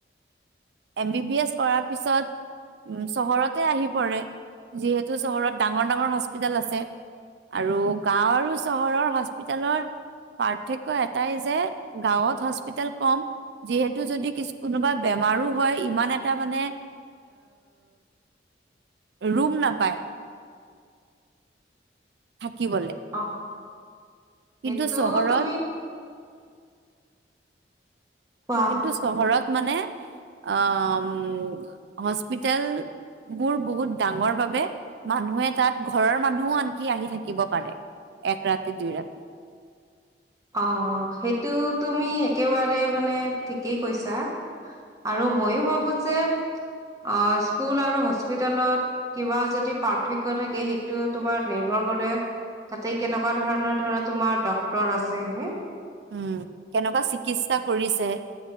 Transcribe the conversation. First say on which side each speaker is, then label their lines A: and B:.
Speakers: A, on the right; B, on the right.
A: এম বি বি এছ কৰাৰ পিছত উ চহৰতে আহি পৰে যিহেতু চহৰত ডাঙৰ ডাঙৰ হস্পিতেল আছে আৰু গাঁও আৰু চহৰৰ হস্পিতেলৰ পাৰ্থক্য এটাই যে গাঁৱত হস্পিতেল কম যিহেতু যদি কিছু কোনোবা বেমাৰো হয় ইমান এটা মানে ৰুম নাপায় থাকিবলে
B: অ সেইটো
A: কিন্তু চহৰত
B: তুমি কোৱা
A: কিন্তু চহৰত মানে আহ হস্পিতেলবোৰ বহুত ডাঙৰ বাবে মানুহে তাত ঘৰৰ মানুহো আনকি আহি থাকিব পাৰে এক ৰাতি দুই ৰাতি
B: অ সেইটো তুমি একেবাৰে মানে ঠিকেই কৈছা আৰু মইয়ো ভাবো যে অ স্কুল আৰু হস্পিতেলত কিবা যদি পাৰ্থক্য থাকে সেইটো তোমাৰ নিৰ্ভৰ কৰে তাতে কেনেকোৱা ধৰণৰ ধৰা তোমাৰ ডক্তৰ আছে যে সেনে
A: উম কেনেকোৱা চিকিৎসা কৰিছে